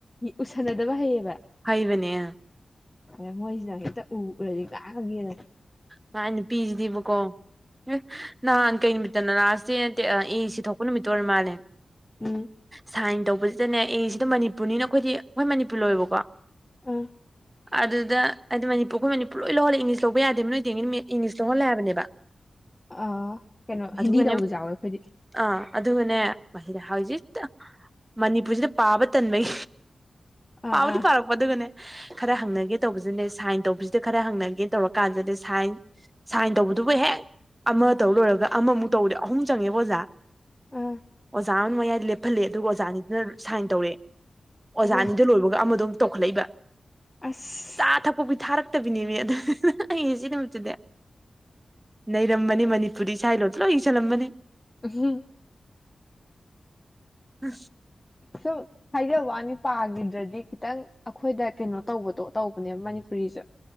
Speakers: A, on the left (about 20°); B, on the right (about 15°).
A: ꯎꯁꯟꯅꯗꯕ ꯍꯩꯌꯦꯕ
B: ꯍꯩꯕꯅꯦ
A: ꯑ ꯃꯣꯏꯖꯤꯅ ꯍꯦꯛꯇ ꯎꯒꯔꯗꯤ ꯉꯥꯡꯉꯒꯦꯗꯅꯤ
B: ꯉꯥꯏ ꯅꯨꯄꯤꯁꯤꯗꯤꯕꯀꯣ ꯑꯦ ꯅꯍꯥꯟ ꯀꯩ ꯅꯨꯃꯤꯠꯇꯅ ꯂꯥꯁꯦ ꯑꯦ ꯁꯤ ꯊꯣꯛꯄ ꯅꯨꯃꯤꯠꯇ ꯑꯣꯏꯔ ꯃꯥꯜꯂꯦ
A: ꯎꯝ
B: ꯁꯥꯏꯟ ꯇꯧꯕꯁꯤꯗꯅꯦ ꯑꯦ ꯁꯤꯗ ꯃꯅꯤꯄꯨꯔꯅꯤꯅ ꯑꯩꯈꯣꯏꯗꯤ ꯑꯩꯈꯣꯏ ꯃꯅꯤꯄꯨꯔ ꯂꯣꯏꯌꯦꯕꯀꯣ
A: ꯑꯥ
B: ꯑꯗꯨꯗ ꯍꯥꯏꯗꯤ ꯃꯅꯤꯄꯨꯔ ꯑꯩꯈꯣꯏ ꯃꯅꯤꯄꯨꯔ ꯂꯣꯏ ꯂꯧꯍꯜꯂꯦ ꯏꯂꯤ ꯌꯥꯗꯦ ꯅꯣꯏꯗꯤ ꯏꯪꯂꯤꯁꯇ ꯍꯣꯜꯂꯦ ꯍꯥꯏꯕꯅꯦꯕ
A: ꯑꯥ ꯀꯩꯅꯣ
B: ꯑꯗꯨꯒꯅꯦ
A: ꯍꯤꯟꯗꯤ ꯂꯧꯕꯁꯨ ꯌꯥꯎꯋꯦ ꯑꯩꯈꯣꯏꯗꯤ
B: ꯑꯥ ꯑꯗꯨꯅꯦ ꯃꯁꯤꯗ ꯍꯧꯖꯤꯛ ꯃꯅꯤꯄꯨꯔꯁꯤꯗ ꯄꯥꯕ ꯇꯟꯕꯩ
A: ꯑꯥ
B: ꯄꯥꯎꯗꯤ
A: ꯑꯥ
B: ꯄꯥꯔꯛꯄ ꯑꯗꯨꯒꯅꯦ ꯈꯔ ꯍꯪꯅꯒꯦ ꯇꯧꯕꯁꯤꯅꯦ ꯁꯥꯏꯟ ꯇꯧꯕꯁꯤꯗ ꯈꯔ ꯍꯪꯅꯒꯦ ꯇꯧꯔꯛ ꯀꯥꯟꯖꯗꯦ ꯁꯥꯏꯟ ꯁꯥꯏꯟ ꯇꯧꯕꯗꯨꯕꯨ ꯍꯦꯛ ꯑꯃ ꯇꯧ ꯂꯣꯏꯔꯒ ꯑꯃꯃꯨꯛ ꯇꯧꯕꯗꯤꯦ ꯑꯍꯨꯝ ꯆꯪꯉꯦꯕ ꯑꯣꯖꯥ
A: ꯑꯥ
B: ꯑꯣꯖꯥ ꯑꯃ ꯃꯌꯥꯏ ꯂꯦꯞꯍꯜꯂꯦ ꯑꯗꯨꯒ ꯑꯣꯖꯥꯅꯤꯗꯨꯅ ꯁꯥꯏꯟ ꯇꯧꯔꯦ ꯑꯣꯖꯥꯅꯤꯗ
A: ꯑꯣ
B: ꯂꯣꯏꯕꯒ ꯑꯃ ꯑꯗꯨꯝ ꯇꯣꯛꯈꯠꯂꯛꯏꯕ
A: ꯑꯁ
B: ꯆꯥ ꯊꯛꯄꯕꯤ ꯊꯥꯔꯛ ꯠꯇꯕꯅꯦꯕ ꯑ ꯑꯗꯨ ꯑꯩ ꯁꯤ ꯅꯨꯃꯤꯛꯇꯗꯦ ꯅꯩꯔꯝꯕꯅꯤ ꯃꯅꯤꯄꯨꯔꯤ ꯁꯥꯏ ꯂꯣ ꯂꯣ ꯏ ꯆ ꯂꯝꯂꯝꯕꯅꯦ
A: ꯎꯝ
B: ꯍ
A: ꯁꯨꯝ ꯍꯥꯏꯖꯕ ꯋꯥꯅꯤ ꯄꯥꯈꯤꯗ꯭ꯔꯗꯤ ꯈꯤꯇꯪ ꯑꯩꯈꯣꯏꯗ ꯀꯩꯅꯣ ꯇꯧꯕꯗꯣ ꯇꯧꯕꯅꯦꯕ ꯃꯅꯤꯄꯨꯔꯤꯁꯦ